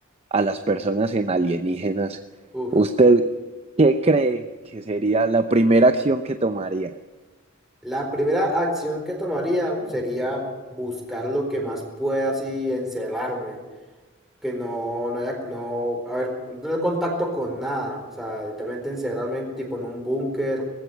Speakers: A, on the right (about 30°); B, in the centre.
A: a las personas en alienígenas,
B: Uf.
A: ¿usted qué cree que sería la primera acción que tomaría?
B: La primera acción que tomaría sería buscar lo que más pueda así encerrarme que no, no haya, no, a ver, no tener contacto con nada, o sea, literalmente encerrarme tipo en un búnker